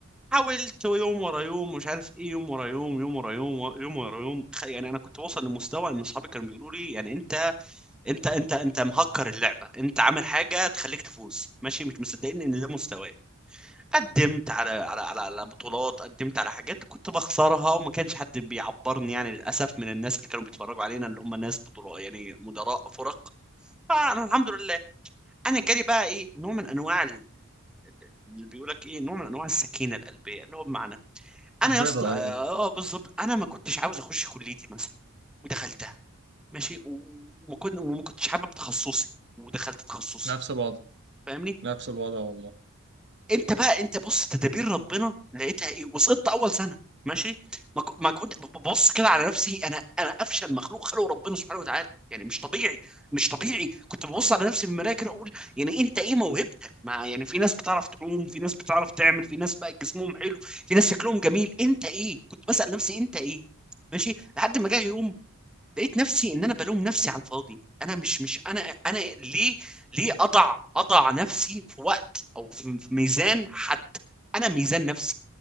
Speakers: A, in the centre; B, on the right.
A: حاولت يوم ورا يوم مش عارف ايه يوم ورا يوم يوم ورا يوم و- يوم ورا يوم خ- يعني انا كنت بوصل لمستوى ان اصحابي كانوا بيقولوا لي يعني انت انت انت انت مهكر اللعبه انت عامل حاجه تخليك تفوز ماشي مش مصدقين ان ده مستواي قدمت على على على على بطولات قدمت على حاجات كنت بخسرها وما كانش حد بيعبرني يعني للاسف من الناس اللي كانوا بيتفرجوا علينا اللي هم ناس بطولات يعني مدراء فرق فانا الحمد لله انا جالي بقى ايه نوع من انواع ال- ال- اللي بيقول لك ايه نوع من انواع السكينه القلبيه اللي هو بمعنى انا
B: البيضة
A: يا اسطى اه
B: ايوه
A: آه، بالظبط انا ما كنتش عاوز اخش كليتي مثلا ودخلتها ماشي و- وما كنت وما كنتش حابب تخصصي ودخلت تخصصي
B: نفس الوضع
A: فاهمني
B: نفس الوضع والله
A: انت بقى انت بص تدابير ربنا لقيتها ايه وسقطت اول سنه ماشي ما ك- ما كنت ببص كده على نفسي انا انا افشل مخلوق خلقه ربنا سبحانه وتعالى يعني مش طبيعي مش طبيعي كنت ببص على نفسي في المرايه كده اقول يعني إيه، انت ايه موهبتك ما يعني في ناس بتعرف تعوم في ناس بتعرف تعمل في ناس بقى جسمهم حلو في ناس شكلهم جميل انت ايه كنت بسأل نفسي انت ايه ماشي لحد ما جه يوم لقيت نفسي ان انا بلوم نفسي على الفاضي انا مش مش انا انا ليه ليه اضع اضع نفسي في وقت او في في ميزان حد انا ميزان نفسي